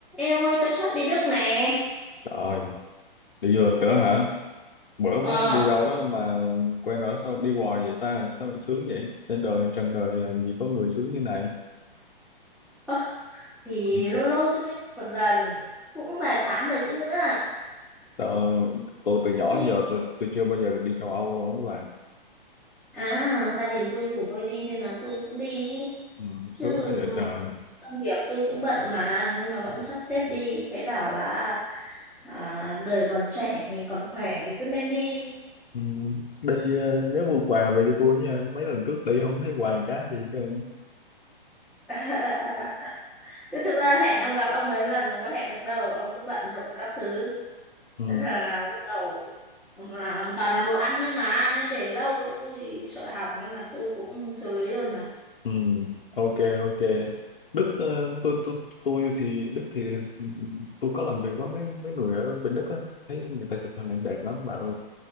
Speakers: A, in the centre; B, on the left.
A: Ê ông ơi tôi sắp đi Đức nè
B: Rồi, đi du lịch nữa hả? Bữa
A: Ờ
B: mới đi đâu đó mà quen rồi sao đi hoài vậy ta? Sao mình sướng vậy? Trên đời, trần đời làm gì có người sướng như này.
A: ơ, Thì
B: <laughs>
A: lâu lâu tôi mới đi một lần Cũng vài tháng rồi chứ nữa
B: Tôi, tôi từ nhỏ
A: Đi
B: đến giờ tôi, tôi chưa bao giờ được đi châu Âu luôn các bạn.
A: À gia đình tôi rủ tôi đi Nên là tôi cũng đi
B: Ừ,
A: Chứ
B: sướng quá
A: ừ,
B: vậy trời.
A: công việc tôi cũng bận mà Nhưng mà vẫn sắp xếp đi Thấy bảo là à, đời còn trẻ Mình còn khỏe thì cứ nên đi
B: Ừ, đi ờ, nhớ mua quà về cho tôi nha. Mấy lần trước đi không thấy quà cá gì hết trơn.
A: <laughs> Chứ thực ra hẹn ông gặp ông mấy lần Không có hẹn được đâu Ông cứ bận rộn các thứ
B: Ừ.
A: Thế là lúc đầu là toàn là đồ ăn đấy mà nên để lâu với tôi sợ hỏng nên là tôi cũng xử lý luôn rồi
B: Ừ, ok ok Đức ờ, tôi tôi tôi thì Đức thì ừ, ừ, tôi có làm việc với mấy mấy người ở bên Đức á thấy người ta chụp hình ảnh đẹp lắm mà ừ,